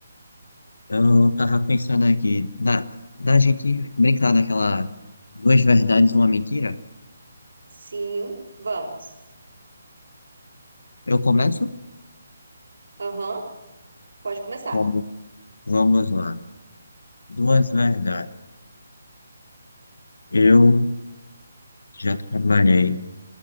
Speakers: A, on the left; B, on the right.
A: Eu tava pensando aqui da, da gente brincar daquela duas verdades, uma mentira.
B: Sim, vamos.
A: Eu começo?
B: Aham, pode começar.
A: Vamos, vamos lá. Duas verdades. Eu já trabalhei.